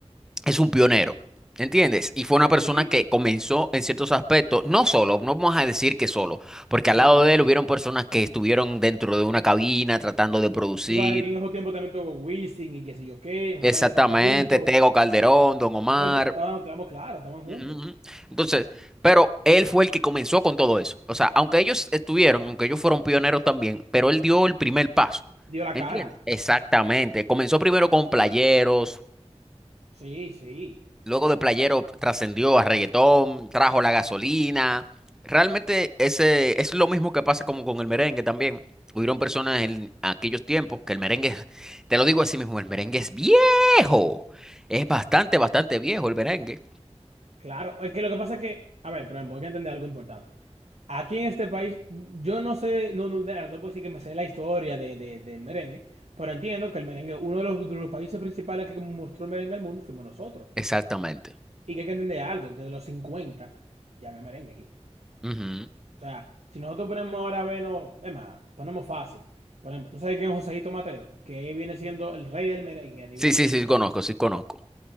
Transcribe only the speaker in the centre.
es un pionero. ¿Entiendes? Y fue una persona
que comenzó en ciertos aspectos, no solo, no vamos a decir que solo, porque al
lado
de él hubieron personas que estuvieron dentro de una cabina tratando de producir.
Exactamente,
Tego Calderón, Don Omar.
Ujú, ujú. Entonces, pero él fue el que comenzó con todo eso. O sea, aunque ellos estuvieron, aunque ellos fueron pioneros también, pero él dio el primer paso.
¿Entiendes?
Exactamente. Comenzó primero con playeros,
luego de playeros trascendió a reggaetón, trajo la gasolina. Realmente ese es lo mismo que pasa como con el merengue también. Hubieron personas en aquellos tiempos que el merengue, es- te lo digo así mismo, el merengue es viejo. Es bastante, bastante viejo el merengue.
Exactamente.
Ujú.
Sí, sí,
sí, conozco, sí, conozco.